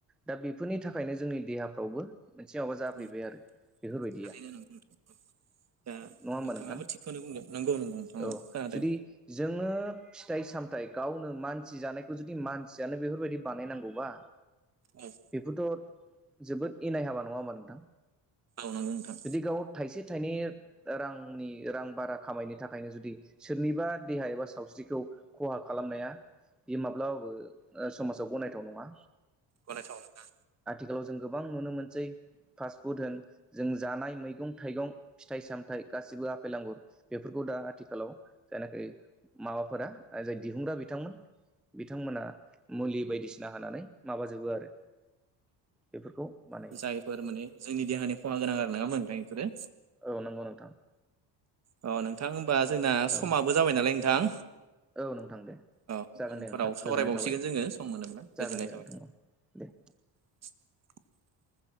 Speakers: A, in the centre; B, on the right.
A: दा बेफोरनि थाखायनो जोंनि देहाफ्रावबो मोनसे माबा जाफैबाय
B: उम
A: आरो बेफोरबायदिया।
B: थारैनो नंगौ नोंथां औ दा
A: नङा होमबा
B: नोंथांङाबो
A: नोंथां
B: थिगखौनो बुंदों। नंगौ नंगौ नोंथां
A: औ
B: खोनादों
A: जुदि जोंङो फिथाइ साम थाय गावनो मानसि जानायखौ जुदि मानसियानो बेफोरबायदि बानायनांगौबा
B: औ
A: बेफोरथ' जोबोद इनाय हाबा नङा होमबा नोंथां?
B: औ नंगौ नोंथां
A: जुदि गाव थाइसे से रांनि रां बारा खामायनो थाखायनो जुदि सोरनिबा देहा एबा सावस्रिखौ खहा खालामनाया बेयो माब्लाबाबो ओ समाजाव गनायथाव नङा।
B: गनायथाव नंङा।
A: आथिखालाव जों गोबां नुनो मोनसै फास्टफुड होन जों जानाय मैगं थाइगं फिथाइ सामथाइ गासिबो आफेल आंगुर बेफोरखौ दा आथिखालाव जायनाखि माबाफोरा जाय दिहुनग्रा बिथांमोन बिथांमोना मुलि बायदिसिना होनानै माबाजोबो आरो। बेफोरखौ बानायो
B: औ जायफोर माने जोंनि देहानि खहा गोनां आरो नंङा होनबा नोंथां इफोरो?
A: औ नंगौ नों
B: अ नोंथां होमबा जोंना
A: औ
B: समाबो जाबाय नालाय नोंथां।
A: औ नोंथां दे
B: औ
A: जागोन
B: उनफोराव
A: दे नोंथां
B: सावरायबावसिगोन
A: गोजोननाय थाबाय
B: जोङो सम मोनोब्ला गोजोननाय
A: जागोन दे
B: थाबाय
A: नोंथां औ। दे।
B: <inaudible>